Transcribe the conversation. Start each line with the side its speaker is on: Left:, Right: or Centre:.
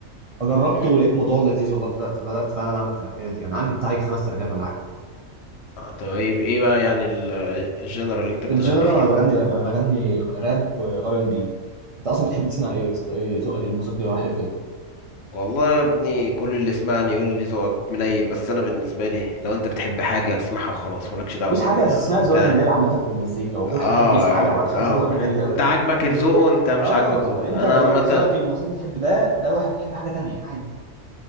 Right: فجربت
Left: مم.
Right: ولقيت الموضوع لذيذ والله فبدات بدات فعلا اعمل تراكات يعني عندي بتاعي خمس تراكات ولا حاجه
Left: اه طيب ايه بقى يعني ال- الجنرال اللي انت بتغني
Right: الجنرال
Left: فيها
Right: انا بغني راب انا بغني راب ار ان بي انت اصلا بتحب تسمع ايه يا اسطى ايه ذوقك الموسيقي رايح لفين
Left: والله يا ابني كل اللي سمعني يقول لي ذوقك منيل بس انا بالنسبه لي لو انت بتحب حاجه اسمعها وخلاص مالكش دعوه
Right: مفيش
Left: بال
Right: حاجه اسمها ذوقك
Left: بتاع
Right: منيل عامه في المزيكا وكل
Left: اه
Right: واحد بيحب يسمع
Left: يعني
Right: حاجه ما فيش
Left: اه
Right: حاجه اسمها ذوقك منيل دي ابدا
Left: انت عاجبك الذوق وانت مش
Right: اه
Left: عاجبك ذوق
Right: انت
Left: انا عامه
Right: ذوقك الموسيقي تحب ده ده واحد بيحب حاجه تانية عادي